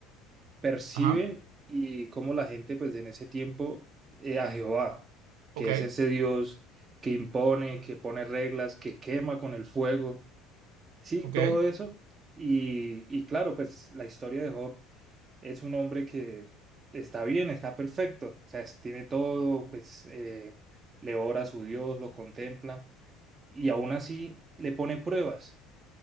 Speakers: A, on the right; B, on the right.
A: percibe
B: ajá,
A: y cómo la gente pues en ese tiempo eh, a Jehová,
B: ok,
A: que es ese Dios que impone, que pone reglas, que quema con el fuego, sí,
B: ok,
A: todo eso. Y, y claro, pues la historia de Job es un hombre que está bien, está perfecto, o sea, es- tiene todo, pues eh, le ora a su Dios, lo contempla y aún así le pone pruebas.